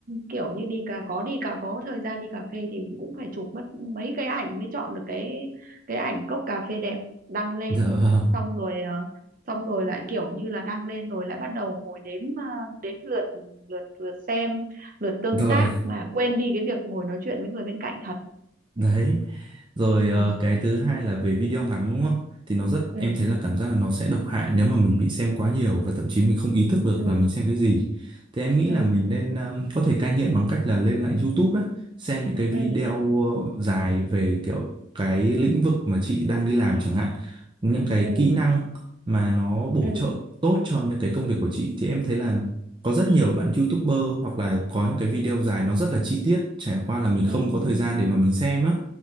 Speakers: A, on the right; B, on the right.
A: kiểu như đi cà có đi cà có thời gian đi cà phê thì cũng phải chụp mất mấy cái ảnh mới chọn được cái cái ảnh cốc cà phê đẹp đăng lên
B: Dạ vâng.
A: xong rồi ờ, xong rồi lại kiểu như là đăng lên rồi lại bắt đầu ngồi đếm ờ, đếm lượt lượt lượt xem lượt tương
B: Rồi
A: tác mà quên đi cái việc ngồi nói chuyện với người bên cạnh thật
B: đấy Rồi
A: ừ
B: ờ, cái thứ hai là về video ngắn đúng không? Thì nó rất
A: ừ
B: em thấy là cảm giác là nó sẽ độc hại nếu mà mình bị xem quá nhiều và thậm chí mình không ý thức được
A: ừ
B: là mình xem cái gì. Thì em nghĩ
A: ừ
B: là mình nên um, có thể cai nghiện bằng cách là lên lại YouTube á, xem những cái video
A: ừ
B: ờ, dài về kiểu cái lĩnh vực mà chị đang đi làm chẳng hạn, những cái
A: ừ
B: kỹ năng mà nó bổ
A: ừ ừ
B: trợ tốt cho những cái công việc của chị thì em thấy là có rất nhiều bạn YouTuber hoặc là có những cái video dài nó rất là chi tiết, trải qua là mình không
A: ừ
B: có thời
A: ừ
B: gian
A: ừ.
B: để mà mình xem á